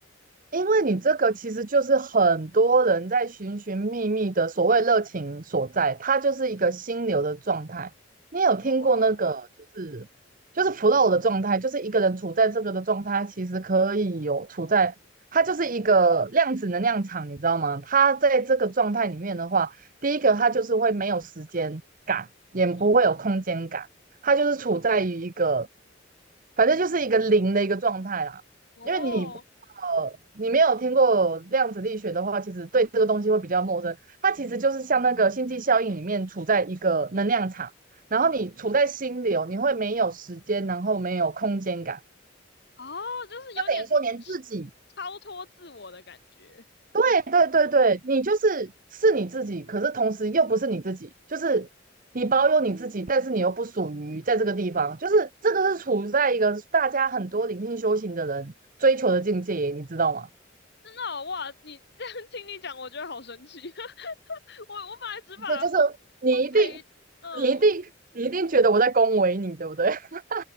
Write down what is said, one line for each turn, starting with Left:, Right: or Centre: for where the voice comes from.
Right: 因为你这个其实就是很多人在寻寻觅觅的所谓热情所在，它就是一个心流的状态。你有听过那个就是就是
Left: 哦，
Right: flow 的状态，就是一个人处在这个的状态，其实可以有处在它就是一个量子能量场，你知道吗？它在这个状态里面的话，第一个它就是会没有时间感，也不会有空间感，
Left: 嗯，
Right: 它就是处在于一个反正就是一个零的一个状态啦。
Left: 哦，
Right: 因为你呃，你没有听过量子力学的话，其实对这个东西会比较陌生。它其实就是像那个星际效应里面处在一个能量场，然后你处在心流，你会没有时间，然后没有空间感，
Left: 哦，就是有点
Right: 就等于说连自己，
Left: 超脱自我的感觉，
Right: 哎，对对对，你就是是你自己，可是同时又不是你自己，就是你保有你自己，但是你又不属于在这个地方，就是这个是处在一个大家很多灵性修行的人追求的境界，你知道吗？
Left: 真的哦哇！你这样听你讲，我觉得好神奇。<laughs> 我我本来只把烘烘焙，
Right: 这就是你一定，
Left: 嗯、
Right: 你一定，你一定觉得我在恭维你，对不对？<laughs>